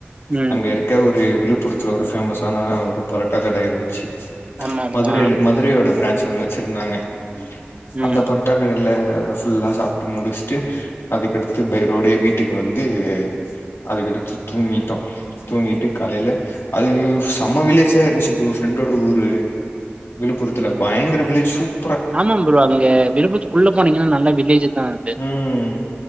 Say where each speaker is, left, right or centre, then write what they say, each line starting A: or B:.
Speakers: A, on the right (about 30°); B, on the left (about 75°).
A: ம்
B: அங்க இருக்க ஒரு விழுப்புரத்துல ஒரு பேஃபேமஸான ஒரு பொறட்டா கட இருந்ச்சு
A: ஆமா ஆமா
B: மதுரையில மதுரையோட பிரான்ச் ஒண்ணு வச்சிருந்தாங்க அந்த
A: ம்
B: பொற ட்டரனெல்ல ஃபுல்லா சாப்ட்டு முடிச்ட்டு அதுக்கடுத்து பைரோடே வீட்டுக்கு வந்து அதுக்கடுத்து தூங்கிட்டோம் தூங்கிட்டு காலேல அது செம்ம வில்லேஜா இருந்ச்சு ப்ரோ ஃப்ரெண்டோட ஊரு விழுபரத்துல பயங்கர வில்லேஜ் சூப்
A: ஆமாாம் ப்ரோ அங்க விரும்பத்துக்குள்ள போனீங்கன்னா நல்ல வில்லேஜ் தாருக்கு
B: ம்